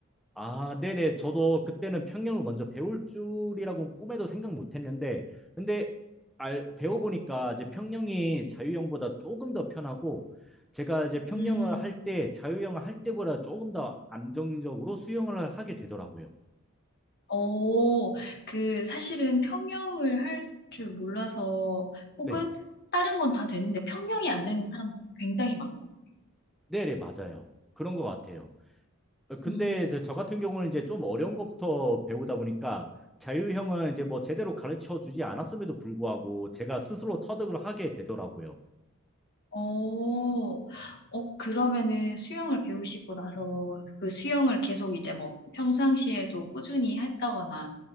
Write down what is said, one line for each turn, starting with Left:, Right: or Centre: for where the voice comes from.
Centre: 아, 네네. 저도 그때는 평영을 먼저 배울 줄이라고 꿈에도 생각 못 했는데, 근데 알, 배워보니까 이제 평영이 자유형보다 조금 더 편하고, 제가 이제 평영을
Left: 음,
Centre: 할 때, 자유형을 할 때보다 조금 더 안정적으로 수영을 하게 되더라고요.
Left: 오, 그 사실은 평형을 할 줄 몰라서 혹은
Centre: 네.
Left: 다른 건 다 되는데 평형이 안 되는 사람 굉장히 많거든요.
Centre: 네네, 맞아요. 그런 것 같아요. 어, 근데
Left: 음,
Centre: 이제 저 같은 경우는 이제 좀 어려운 것부터 배우다 보니까, 자유형은 이제 뭐 제대로 가르쳐 주지 않았음에도 불구하고, 제가 스스로 터득을 하게 되더라고요.
Left: 오, 어, 그러면은 수영을 배우시고 나서 그 수영을 계속 이제 뭐 평상시에도 꾸준히 했다거나